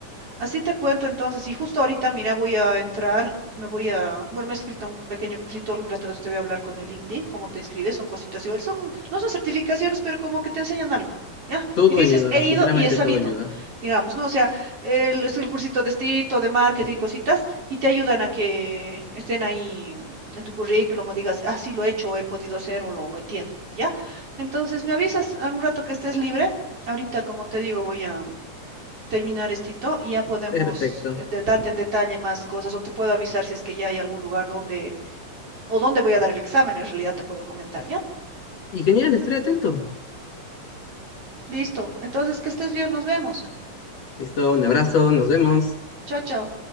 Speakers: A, on the right; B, on the left.
A: Así te cuento entonces, y justo ahorita, mira, voy a entrar, me voy a, bueno, me he escrito un pequeño cursito, algún rato de te voy a hablar con el LinkedIn, cómo te inscribes, son cositas igual, son, no son certificaciones, pero como que te enseñan algo, ¿ya?
B: Todo
A: Y dices,
B: ayuda,
A: he
B: sinceramente
A: ido y he sabido,
B: todo ayuda.
A: digamos, ¿no? O sea, el, es el cursito de estilo, de marketing, cositas, y te ayudan a que estén ahí en tu currículum, o digas, ah, sí lo he hecho, o he podido hacer, o lo, lo entiendo, ¿ya? Entonces, me avisas algún rato que estés libre, ahorita, como te digo, voy a terminar esto y ya podemos
B: Perfecto.
A: eh, de- darte en detalle más cosas o te puedo avisar si es que ya hay algún lugar donde o dónde voy a dar el examen, en realidad te puedo comentar, ¿ya?
B: Y genial, estaré atento.
A: Listo. Entonces, que estés bien, nos vemos.
B: Listo, un abrazo, nos vemos.
A: Chao, chao.